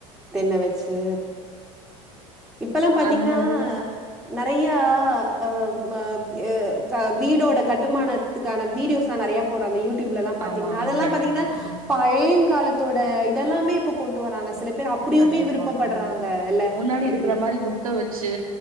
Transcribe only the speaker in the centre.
தென்ன வச்சு இப்பல்லாம் பாத்தீங்கன்னா
நெறய ய அ ம எ க வீடோட கட்டுமானத்துக்கான வீடியோஸ்லா நெறய போடுறங்க யூ டியூப்பில்ல பாத்தீங்கா
அதெல்லாம்
பாத்தீங்கன்னா
பழைய காலத்தோட எல்லாமே இப்ப கொண்டு வராங்க சில அப்படியுமே
விருப்பப்படுறாங்க
இல்ல?
எப்படி?